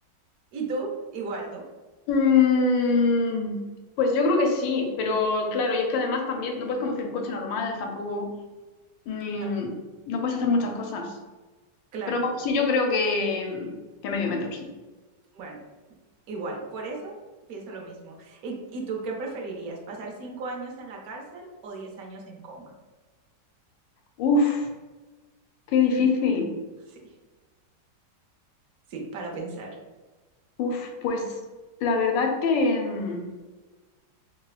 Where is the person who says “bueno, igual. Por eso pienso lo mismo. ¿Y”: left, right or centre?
Right